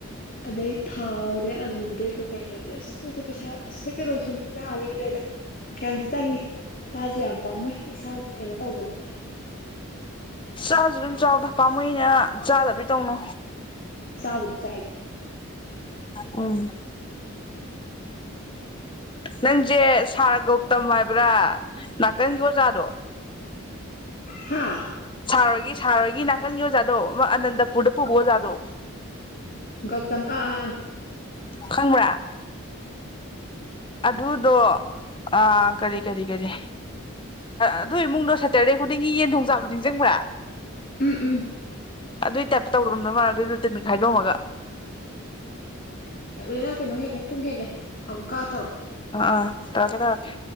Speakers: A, on the left; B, on the left.
A: ꯑꯗꯩ ꯊꯥꯎꯗꯩ ꯑꯂꯨꯗꯩ ꯀꯀꯩ ꯂꯩꯕꯗ ꯑꯁ ꯈꯪꯗꯦ ꯄꯩꯁꯥ ꯑꯁ ꯍꯦꯛꯇ ꯂꯣꯏꯁꯟꯈꯤ ꯍꯥꯜꯂꯤꯕꯨ ꯂꯩꯅꯥ ꯌꯥꯝ ꯆꯪꯉꯤ ꯃꯥꯄꯥꯁꯨ ꯌꯥꯝ ꯄꯥꯝꯃꯨ ꯏꯁꯥ ꯀꯩꯅꯣ ꯇꯧꯕꯅꯤꯅꯅꯦ ꯫
B: ꯆꯥꯁꯨ ꯑꯗꯨꯝ ꯆꯥꯎꯗ ꯄꯥꯝꯃꯨꯅ ꯆꯥꯗꯕꯤ ꯇꯧꯅꯨ
A: ꯆꯥꯎꯥꯕꯗꯤ ꯆꯥꯏꯗ
B: ꯎꯝ ꯅꯪꯁꯦ ꯁꯥꯔ ꯒꯧꯇꯝ ꯍꯥꯏꯕ꯭ꯔꯥ ꯅꯥꯀꯟꯒꯤ ꯑꯣꯖꯥꯗꯣ
A: ꯍꯥꯥ
B: ꯁꯥꯔꯣꯏꯒꯤ ꯁꯥꯔꯣꯏꯒꯤ ꯅꯥꯀꯟꯒꯤ ꯑꯣꯖꯥꯠꯗꯣ ꯑꯃ ꯑꯅꯟꯗꯄꯨꯔꯗ ꯄꯨꯕꯑꯣ ꯑꯣꯖꯥꯠꯗꯣ
A: ꯒꯧꯇꯝ ꯑꯥ ꯑꯥ ꯑ
B: ꯈꯪꯕ꯭ꯔꯥ ꯑꯗꯨꯗꯣ ꯑꯥ ꯀꯔꯤ ꯀꯔꯤ ꯀꯔꯤ ꯑꯗꯨ ꯏꯃꯨꯡꯗꯣ ꯁꯦꯇꯔꯗꯦ ꯈꯨꯗꯤꯡꯒꯤ ꯌꯦꯟ ꯊꯣꯡꯆꯥꯕꯗꯣ ꯅꯤꯡꯁꯤꯡꯕ꯭ꯔꯥ꯫
A: ꯎꯝ ꯎꯝ
B: ꯑꯗꯨꯏ ꯇꯥꯏꯞꯇ ꯇꯧꯗꯣꯝꯅꯣ ꯃꯥꯂ ꯑꯗꯨꯏ ꯔꯨꯇꯤꯟ ꯈꯥꯏꯗꯣꯝꯃꯒ
A: ꯑꯣꯂꯅ ꯀꯩꯅꯣ ꯍꯦꯜꯂꯦ ꯄꯨꯡ ꯍꯦꯜꯂꯦ ꯑꯃꯨꯛ ꯀꯥ ꯇꯧꯔꯣ
B: ꯑꯥ ꯑꯥ ꯇꯧꯔꯛꯀꯦ ꯇꯧꯔꯛꯀꯦ